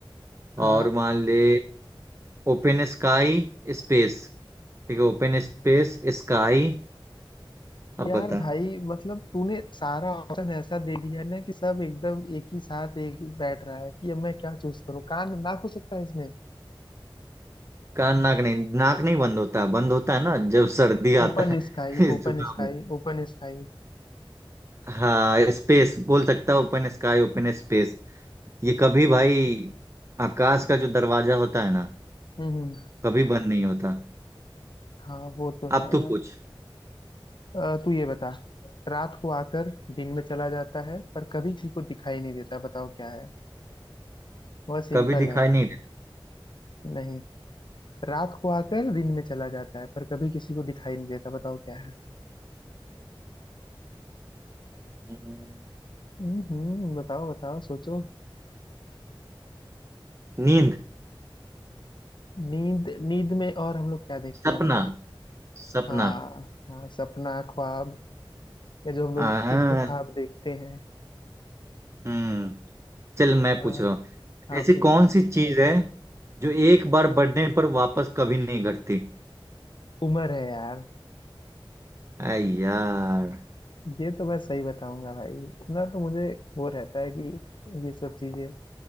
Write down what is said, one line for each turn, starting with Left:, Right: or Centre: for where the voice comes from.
Left: अ,
Right: और मान ले Open sky स्पेस ठीक है ओपन स्पेस स्काई अब
Left: यार
Right: बता
Left: भाई मतलब तूने सारा ऑप्शन ऐसा दे दिया है ना कि सब एकदम एक ही साथ एक ही बैठ रहा है कि अब मैं क्या चूज करूँ कान नाक हो सकता है इसमें
Right: कान नाक नहीं नाक नहीं बंद होता बंद होता है ना जब सर्दी
Left: Open
Right: आता है
Left: sky
Right: <laughs> इस
Left: ओपन
Right: जुकाम
Left: स्काई
Right: में।
Left: ओपन स्काई
Right: हाँ स्पेस बोल सकता है ओपन स्काई ओपन स्पेस ये कभी भाई आकाश का जो दरवाजा होता है ना
Left: हम्म हम्म।
Right: कभी बंद नहीं होता
Left: हाँ वो तो है
Right: अब
Left: यार
Right: तो पूछ
Left: अ, तू ये बता रात को आकर दिन में चला जाता है पर कभी किसी को दिखाई नहीं देता बताओ क्या है बहुत सिंपल
Right: कभी दिखाई
Left: है
Right: नहीं
Left: नहीं रात को आकर दिन में चला जाता है पर कभी किसी को दिखाई नहीं देता बताओ क्या है
Right: देता हम्म,
Left: हम्म हम्म, बताओ बताओ सोचो
Right: नींद
Left: नींद नींद में और हम लोग क्या देखते
Right: सपना
Left: हैं बता
Right: सपना
Left: हाँ हाँ सपना ख्वाब या जो हम
Right: आ
Left: लोग इंतखाब देखते हैं
Right: हम्म चल मैं
Left: हाँ
Right: पूछ रहा हूँ
Left: हाँ
Right: ऐसी
Left: पूछ
Right: कौन सी चीज है जो एक बार बढ़ने पर वापस कभी नहीं घटती
Left: उम्र है यार
Right: आई यार
Left: ये तो मैं सही बताऊंगा भाई इतना तो मुझे वो रहता है कि ये सब चीजें